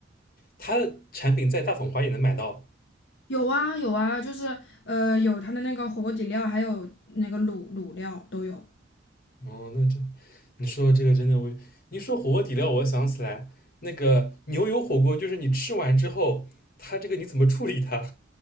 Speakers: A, on the left; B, on the left.
A: 他的产品在大统华也能买到。
B: 有啊有啊，就是呃有它的那个火锅底料，还有那个卤卤料都有。
A: 哦，那这，你说这个真的我，你说火锅底料，我想起来那个牛油火锅，就是你吃完之后，它这个你怎么处理它？